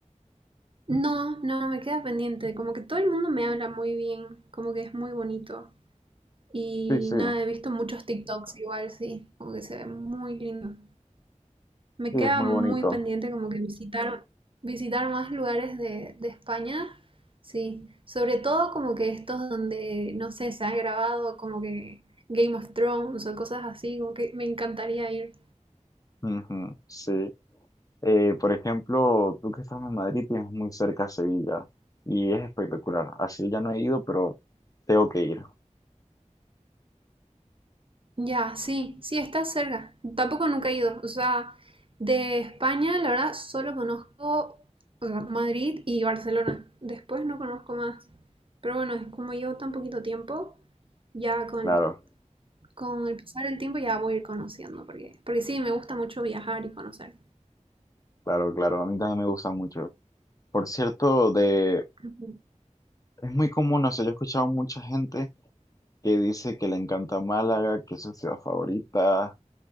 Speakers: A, on the right; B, on the left.
A: No, no, me queda pendiente. Como que todo el mundo me habla muy bien, como que es muy bonito. Y
B: Sí, sí,
A: nada, he visto muchos TikToks igual, sí, como que se ve muy lindo. Me
B: sí,
A: queda
B: es muy
A: muy
B: bonito.
A: pendiente como que visitar, visitar más lugares de, de España, sí. Sobre todo como que estos donde, no sé, se ha grabado como que Game of Thrones o cosas así, como que me encantaría ir.
B: Ujú, Sí. Eh, por ejemplo, tú que estás en Madrid tienes muy cerca Sevilla y es espectacular. Así ya no he ido, pero tengo que ir.
A: Ya, sí, sí, está cerca. Tampoco nunca he ido. O sea, de España, la verdad, solo conozco o sea, Madrid y Barcelona. Después no conozco más. Pero bueno, es como llevo tan poquito tiempo, ya con
B: Claro,
A: Con el pasar del tiempo ya voy a ir conociendo, porque, porque sí, me gusta mucho viajar y conocer.
B: claro, claro. A mí también me gusta mucho. Por cierto, de,
A: Ujú.
B: Es muy común, o sea, yo he escuchado mucha gente que dice que le encanta Málaga, que es su ciudad favorita,